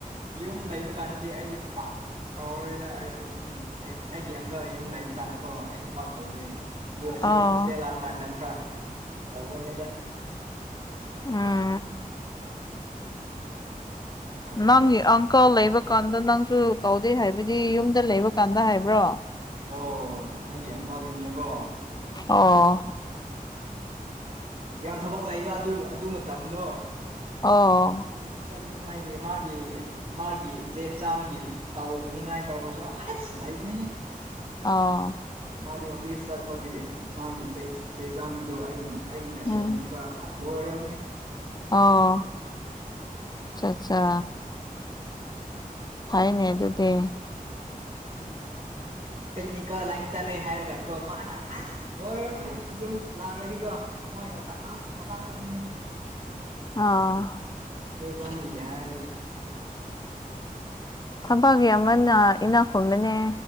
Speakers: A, on the right; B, on the left.
A: ꯌꯨꯝ ꯂꯩꯕ ꯀꯥꯟꯗꯗꯤ ꯑꯩꯗꯤ ꯄꯥꯛ ꯇꯧꯔꯔꯣꯏꯗ ꯑꯩꯁꯨ ꯎꯝ ꯑꯩꯒꯤ ꯑꯪꯀꯜ ꯌꯨꯝ ꯂꯩꯕ ꯀꯥꯟꯗꯀꯣ ꯑꯩꯁꯨ ꯄꯥꯛ ꯇꯧꯗꯦ ꯑꯗꯣ ꯑꯁꯤ
B: ꯑꯣ
A: ꯍꯣꯁꯇꯦꯜ ꯂꯥꯛꯑꯀꯥꯟꯗ ꯈꯔ ꯇꯧꯕꯅꯦꯗꯥ
B: ꯎꯝ
A: ꯑꯗꯨꯅꯦ
B: ꯅꯪꯒꯤ ꯑꯪꯀꯜ ꯂꯩꯕꯀꯥꯟꯗ ꯅꯪꯁꯨ ꯇꯧꯗꯦ ꯍꯥꯏꯕꯗꯤ ꯌꯨꯝꯗ ꯂꯩꯕ ꯀꯥꯟꯗ ꯍꯥꯏꯕ꯭ꯔꯣ
A: ꯑꯣ ꯑꯩꯒꯤ ꯑꯪꯀꯜ ꯌꯨꯝꯗꯀꯣ
B: ꯑꯣ
A: ꯌꯥꯝ ꯊꯕꯛ ꯂꯩꯕ ꯑꯗꯨ ꯑꯗꯨ ꯃꯇꯝꯗꯣ
B: ꯑꯣ
A: ꯁꯤ ꯆꯠꯅꯤꯡꯉꯥꯏꯒꯤ ꯃꯥꯒꯤ ꯃꯥꯒꯤ ꯆꯦ ꯆꯥꯡꯒꯤ ꯇꯧꯅꯤꯡꯉꯥꯏ ꯇꯧꯔꯁꯨ ꯑꯁ ꯂꯩꯕꯅꯦꯍꯦ
B: ꯑꯥ
A: ꯃꯥꯗꯤ ꯑꯣꯐꯤꯁ ꯆꯠꯄꯒꯤ ꯃꯥꯒꯤ ꯆꯦ ꯆꯥꯡꯒꯤꯗꯣ ꯑꯩ ꯑꯩꯒꯤꯅ
B: ꯎꯝ
A: ꯁꯦꯝꯕꯤꯕ ꯑꯁ ꯂꫭꯏꯔꯕꯅꯤ
B: ꯑꯣ ꯑꯆꯥ ꯑꯆꯥ ꯐꯩꯅꯦ ꯑꯗꯨꯗꯤ
A: ꯇꯦꯛꯅꯤ ꯀꯜ ꯂꯥꯏ ꯆꯠꯂꯦ ꯍꯥꯏꯔꯒ ꯀꯣ ꯃꯥꯅꯥ ꯑꯁ ꯂꯣꯏꯔꯕꯅꯦ ꯌꯨꯝ ꯂꯥꯛꯔꯗꯤꯀꯣ ꯃꯣꯏꯅ ꯊꯕꯛ ꯊꯕꯛ ꯉꯥꯛꯇꯅꯤ
B: ꯑꯥ
A: ꯆꯦ <unintelligible> ꯍꯥꯏꯔꯗꯤ
B: ꯊꯕꯛ ꯌꯥꯝꯃꯟꯅ ꯏꯅꯥꯛ ꯈꯨꯟꯕꯅꯦ